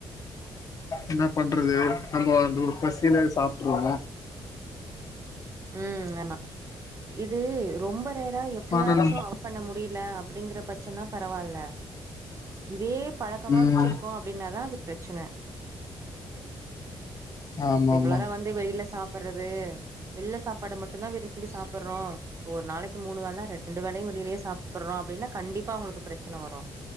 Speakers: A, on the left; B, on the right.
A: என்ன பண்றது நம்போ அந்த ஒரு பசில சாப்ட்டுருவோ
B: ம் ஆமா இது ரொம்ப ரேறா எப்பயாச்சு
A: ஆனா
B: <inaudible> பண்ண முடில அப்டிங்கற பிரச்சன்ன பரவால்ல இதே பழக்கமா
A: ம்
B: வெச்சிருக்கோ அப்டின்னாதா அது பிரச்சன
A: ஆமா
B: ரெகுலரா
A: ஆமா
B: வந்து வெளில சாப்பறது வெள்ல சாப்பாட மட்டுதா விரும்பி சாப்பறோ ஒரு நாளைக் த்து மூணு வேல ரெண்டு வேலயு வெளிலியே சாப்பட்றோ அப்டின்னா கண்டிப்பா அவ்ங்களுக்கு பிரச்சன வரு